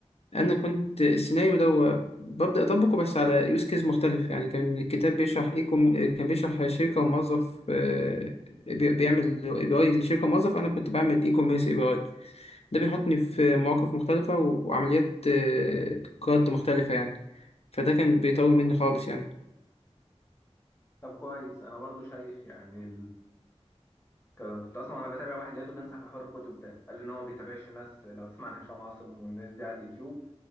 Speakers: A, on the left; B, on the left.
A: أنا كنت السيناريو ده هو ببدأ أطبقه بس على يوز كيس مختلف يعني كان الكتاب بيشرح إيه كم... كان بيشرح شركة وموظف آه، بي- بيعمل اي بي اي لشركة موظف أنا كنت بعمل اي كوميرس اي بي اي ده بيحطني في مواقف مختلفة و- وعمليات آه، قياد مختلفة يعني فده كان بيطول مني خالص يعني
B: طب كويس انا برضو شايف يعني كان- كنت اصلا وانا بتابع واحد لقيته بينصح بحوار الكتب ده قال لي ان هو بيتابعش ناس لو تسمع عن هشام عاصم والناس دي على اليوتيوب